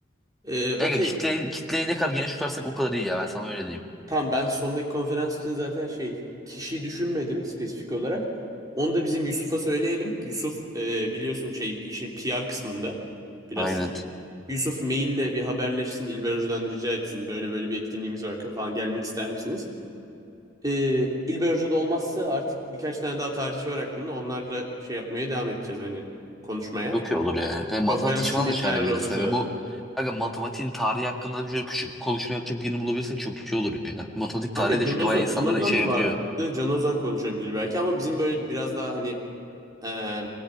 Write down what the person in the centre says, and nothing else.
Belki
kitleyi, kitleyi ne kadar geniş tutarsak o kadar iyi ya. Ben sana öyle diyeyim.
Aynen.
Çok iyi olur ya. Yani matematik
falan
da çağırabiliriz
kanka.
Bu kanka matematiğin tarihi hakkında şöyle küçük bir konuşma yapacak birini bulabilirsek çok iyi olur ya. Matematik
tarihi de
çünkü
bayağı insanları
şey yapıyor.